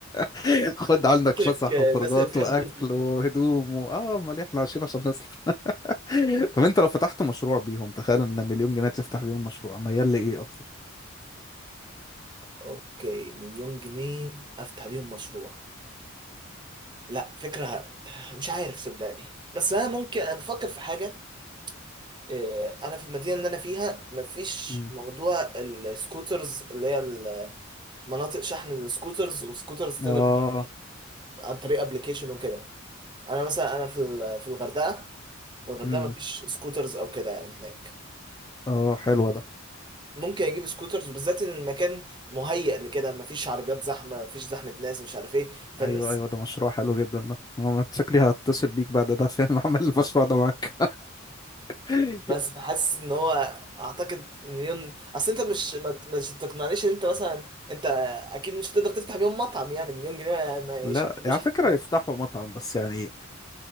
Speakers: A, on the left (about 20°); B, on the right (about 20°).
A: <laughs> خد عندك
B: شكلك
A: فسح
B: آه،
A: وخروجات
B: الناس اللي بتحب
A: واكل
B: تصرف
A: وهدوم و... اه امال إيه؟ احنا عايشين عشان نصرف <laughs> طب انت لو فتحت مشروع بيهم تخيل ان مليون جنيه تفتح بيهم مشروع ميال لايه اكتر
B: اوكي مليون جنيه افتح بيهم مشروع لا فكره ه- مش عارف صدقني بس انا ممكن انا بفكر في حاجه آه، انا في المدينه اللي انا فيها مفيش
A: مم.
B: موضوع السكوترز اللي هي ال- مناطق شحن السكوترز وسكوترز
A: اه
B: تقدر عن طريق ابلكيشن وكده انا مثلا انا في ال- في الغردقه في الغردقه
A: امم
B: ما فيش سكوترز او كده يعني هناك
A: اه حلو ده
B: ممكن اجيب سكوترز بالذات ان المكان مهيأ لكده ما فيش عربيات زحمه ما فيش زحمه ناس مش عارف ايه فالناس
A: ايوه ايوه ده مشروع حلو جدا ده أنا شكلي هتصل بيك بعد ده عشان <laughs> اعمل المشروع ده معاك <laughs>
B: بس حاسس ان هو اعتقد ان يون... اصل انت مش ما- مش تقنعنيش ان انت مثلا انت اكيد مش هتقدر تفتح بيهم مطعم يعني مليون جنيه ما ما
A: لا
B: يشتروش
A: على فكرة
B: حتى
A: يفتحوا مطعم بس يعني